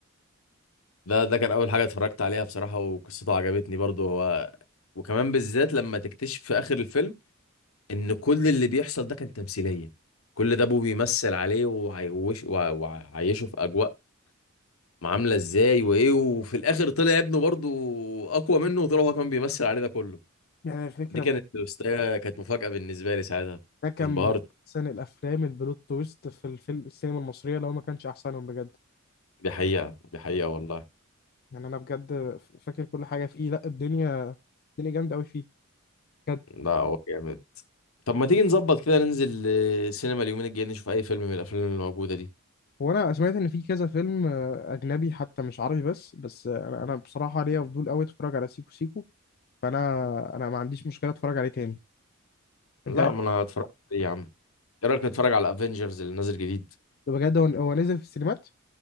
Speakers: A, on the left; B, on the left.
A: ده ده كان اول حاجه اتفرجت عليها بصراحه وقصته عجبتني برضو هو وكمان بالذات لما تكتشف في اخر الفيلم ان كل اللي بيحصل ده كان تمثيليه كل ده ابوه بيمثل عليه وعيوش وع- وعيشه في اجواء عامله ازاي وايه وفي الاخر طلع ابنه برضو اقوى منه وطلع هو كمان بيمثل عليه ده كله
B: يعني الفكره
A: دي كانت توستاية كانت مفاجأة بالنسبة لي ساعتها
B: ده كان
A: انبهرت
B: من احسن الافلام البلوت تويست في الفيلم السينما المصريه لو ما كانش احسنهم بجد
A: دي حقيقة دي حقيقة والله
B: يعني انا بجد فاكر كل حاجه فيه لا الدنيا الدنيا جامده قوي فيه بجد
A: لا هو جامد طب ما تيجي نظبط كده ننزل آه، سينما اليومين الجايين نشوف أي فيلم من الأفلام اللي موجودة دي
B: وانا سمعت ان في كذا فيلم آه، اجنبي حتى مش عربي بس بس آه، انا انا بصراحه ليا فضول قوي اتفرج على سيكو سيكو فانا انا ما عنديش مشكله اتفرج عليه تاني
A: لا
B: انت
A: ما أنا هتفرج عليه يا عم إيه رأيك نتفرج على أفينجرز اللي نازل جديد
B: بجد هو هو نزل في السينمات